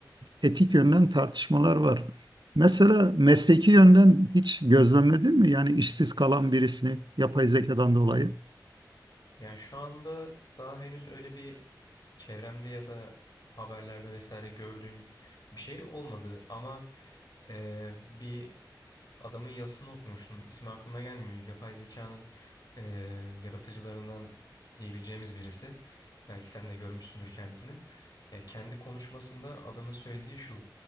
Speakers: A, on the right; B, on the left.
A: e, etik yönden tartışmalar var. Mesela mesleki yönden hiç gözlemledin mi? Yani işsiz kalan birisini yapay zekadan dolayı.
B: Yani şu anda daha henüz öyle bir çevremde ya da haberlerde vesaire gördüğüm bir şey olmadı ama eee, bir adamın yazısını okumuştum. İsmi aklıma gelmiyor. Yapay zekanın eee, yaratıcılarından diyebileceğimiz birisi. Belki sen de görmüşsündür kendisini. Ya kendi konuşmasında adamın söylediği şu.